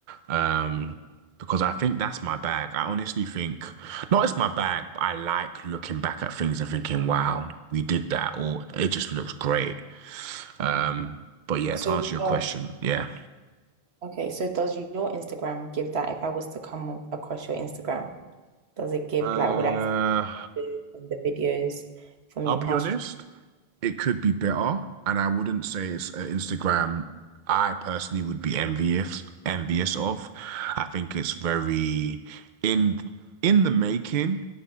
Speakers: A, on the right; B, on the right.
A: Um Because I think that's my bag. I honestly think, not it's my bag, but I like looking back at things and thinking, wow, we did that, or it just looks great. Um,
B: Mm.
A: but yeah,
B: So,
A: to answer your
B: uh,
A: question, yeah.
B: okay, so does your Instagram give that? If I was to come across your Instagram, does it give
A: Uh,
B: like what I see in the videos from
A: I'll
B: your
A: be
B: past?
A: honest. it could be better, and I wouldn't say it's uh, Instagram. I personally would be envious envious of. I think it's very in in the making